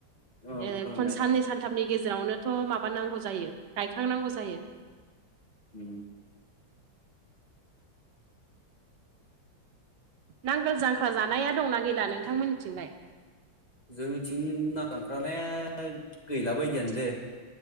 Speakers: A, on the left; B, on the right.
A: औ
B: ए
A: खालामनाया
B: खन साननै सानथामनि गेजेरावनोथ' माबा नांगौ जायो गायखांनांगौ जायो
A: उम
B: नांगोल जांख्रा जानाया दंना गैला नोंथांमोननिथिंलाय।
A: जोंनिथिं नालांख्रानाया गैला बायदियानो दे।